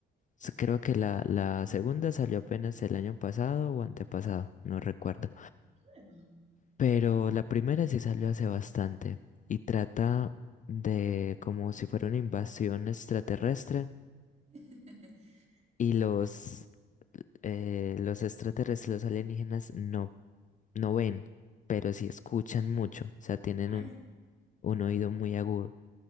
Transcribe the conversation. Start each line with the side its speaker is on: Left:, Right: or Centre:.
Left: s- creo que la, la segunda salió apenas el año pasado o antepasado, no recuerdo.
Right: Nueva.
Left: Pero
Right: Ok.
Left: la primera sí salió hace bastante y trata de como si fuera una invasión extraterrestre
Right: <laughs>
Left: y los, eh, los extraterrestres, los alienígenas no, no ven, pero sí escuchan mucho, o sea, tienen
Right: Ay,
Left: un, un oído muy agudo.